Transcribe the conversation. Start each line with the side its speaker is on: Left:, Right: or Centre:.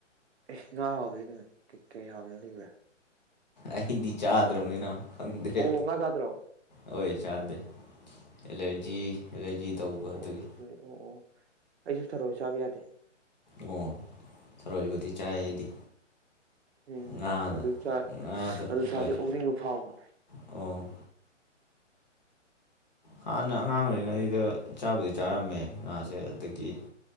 Right: ꯑꯦ ꯉꯥ ꯍꯥꯎꯗꯗꯤ ꯀꯩ ꯀꯩ ꯍꯥꯎꯅ ꯂꯩꯕ꯭ꯔꯥ
Left: ꯑꯤꯗꯤ ꯆꯥꯗꯔꯥꯕꯅꯤꯅ ꯈ ꯈ ꯉꯒꯤ ꯗ
Right: ꯑꯣ ꯉꯥ ꯆꯥꯗ꯭ꯔꯣ
Left: ꯑꯣꯏ ꯆꯥꯗ ꯑꯦꯂꯔꯖꯤ ꯑꯦꯂꯔꯖꯤ ꯇꯧꯕ
Right: ꯑꯣ
Left: ꯑꯗꯨꯒꯤ
Right: ꯑꯣ ꯑꯣ ꯑꯩꯖꯨ ꯊꯔꯣꯢ ꯆꯥꯕ ꯌꯥꯗꯦ
Left: ꯑꯣ ꯊꯔꯣꯏꯕꯨꯗꯤ ꯆꯥꯏ ꯑꯩꯗꯤ
Right: ꯎꯝ
Left: ꯉꯥꯅ
Right: ꯑꯗꯨ
Left: ꯉꯥꯗ
Right: ꯑꯗꯨ ꯁꯥꯥꯁꯦ
Left: ꯍꯣꯏ
Right: ꯎꯅꯤꯡꯕ ꯐꯥꯎꯕ
Left: ꯑꯣ ꯍꯥꯟꯅ ꯑꯉꯥꯡ ꯑꯣꯏꯔꯤꯉꯩꯗꯨꯗ ꯆꯥꯕꯨꯗꯤ ꯆꯥꯔꯝꯃꯦ ꯉꯥꯁꯦ ꯑꯗꯒꯤ